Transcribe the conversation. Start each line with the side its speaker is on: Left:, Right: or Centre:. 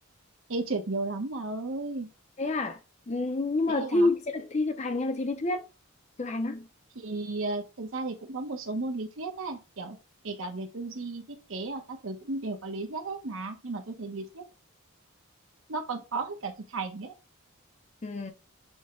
Right: Ê trượt nhiều lắm bà ơi,
Left: thế à ừ, nhưng mà
Right: dễ
Left: thi
Right: lắm.
Left: thì sẽ được thi thực hành hay là thi lý thuyết thực hành á
Right: Thì ờ, thực ra thì cũng có một số môn lý thuyết ấy, kiểu kể cả về tư duy, thiết kế và các thứ cũng đều có lý thuyết hết mà. Nhưng mà tôi thấy lý thuyết nó còn khó hơn cả thực hành ấy.
Left: ừ